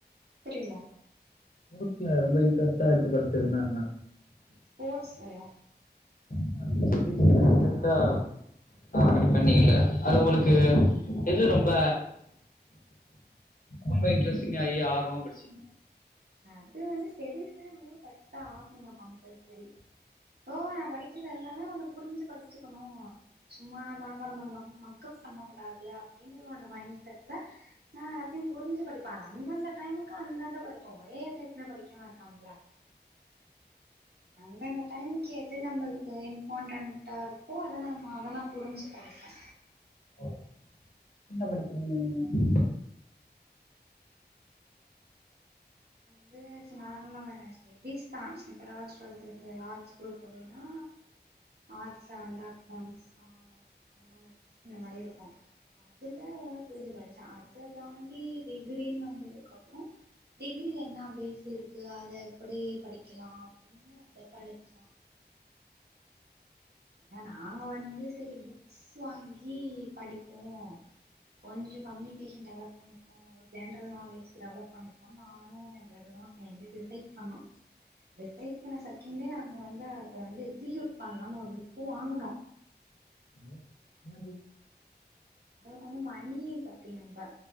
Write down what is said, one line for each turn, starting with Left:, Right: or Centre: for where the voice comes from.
Right: புரில
Left: ஸ்போர்ட்ஸ்ல ரொம்ப இன்ட்ரெஸ்டா எடுத்து படிச்சதுனா என்ன
Right: ஸ்போர்ட்ஸ்லயா
Left: <unintelligible> அர்ஜெண்டா படிப்பண்ணீங்கல்ல அது உங்களுக்கு எது ரொம்ப ரொம்ப இன்ட்ரெஸ்டிங் ஆயி ஆர்வமா படிச்சிங்க
Right: அது வந்து ஸ்டெடிஸ்ல மூணு படிச்சுதா ஆகனு கம்பல்சரி ஓ நா படிக்கிறது எல்லாமே கொஞ்ச புரிஞ்சு படிச்சுக்கணு சும்மா மன பான மன ம மக்கப் பண்ண கூடாது அப்டிங்கற ஒரு மைண்ட் செட்ல நா எல்லாத்தையு புரிஞ்சு படிப்ப அது அந்தந்த டைமுக்கு அந்தந்த படிப்பு ஒரே தைத்ல படிக்க மாட்டோம்ல அந்தந்த டைமுக்கு எது நம்மளுக்கு இம்பார்ட்டன்டா இருக்கோ அத நம் அத நா புரிஞ்சு படிப்பே
Left: ஓ என்ன படிப்பிங் நீங்க
Right: ந்து நானு ச <unintelligible> எத்திஸ் தா இப்ப நா சொல்றது எப்டினா ஆர்ட்ஸ் குரூப் இல்லன்னா ஆர்ட்ஸ்ல வந்து அக்கெளண்ட்ஸ் காமர்ஸ் எக்கனாமிக்ஸ் இந்த மாரி இருக்கு அதல உன புரிஞ்சு படிச்சே அத தாண்டி டிகிரின்னு வந்ததுக்கு அப்றோ டிகிரில என்னா பேஸ் இருக்கு அத எப்படி படிக்கலா அப்டின்னு அத படிச்சே ஏ நாங்க வந்து செரி புக்ஸ் வாங்கி படிப்போ கொஞ்சோ கம்னிகேஷன் டெவலப் பண்ணிப்போ ஜென்ரல் நாலேஜ்க்கு டெவலப் பண்ணிப்போ நானு எ ப்ரதரு சேந்து டிசைட் பண்ணோ டிசைட் பண்ண சகண்டே நாங்க வந்து அத வந்து எக்ஸிக்யூட் பண்லானு ஒரு புக்கு வாங்குனோ
Left: ம் என்ன புக்
Right: அந்தளவுக்கு வந்து மணி பத்தி நம்ப